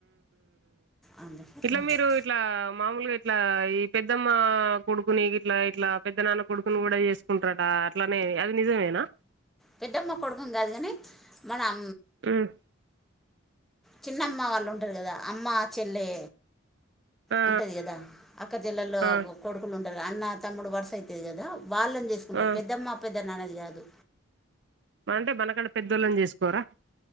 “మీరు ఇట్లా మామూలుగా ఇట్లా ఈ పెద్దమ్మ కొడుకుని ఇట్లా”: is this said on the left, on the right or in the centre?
Right